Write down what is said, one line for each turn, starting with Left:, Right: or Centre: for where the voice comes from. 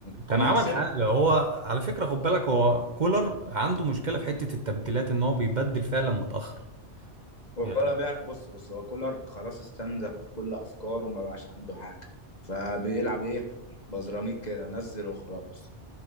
Left: كنا
Right: كان عمل
Left: كسبنا
Right: حاجة هو على فكرة خد بالك هو كولر عنده مشكلة في حتة التبديلات ان هو بيبدل فعلا متأخر
Left: ولا
Right: يعني
Left: بيعرف بص بص هو كولر خلاص استنزف كل افكاره وما بقاش عنده حاجه فبيلعب ايه بزراميك كده نزل وخلاص